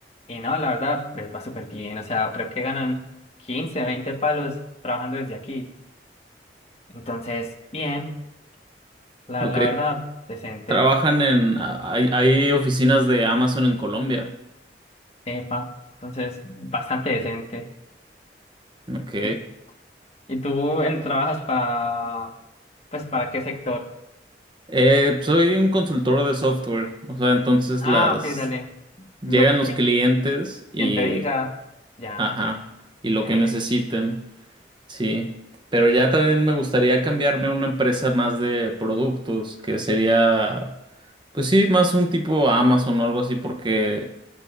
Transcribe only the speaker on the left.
Y no, la verdad, les va súper bien. O sea, creo que ganan 15, 20 palos trabajando desde aquí. Entonces, bien, la,
la verdad, decente.
Epa, entonces bastante decente.
¿Y, y tú en- trabajas para, pues, para qué sector?
Ah,
ok, dale.
Lo que
quien te diga, ya.
breve.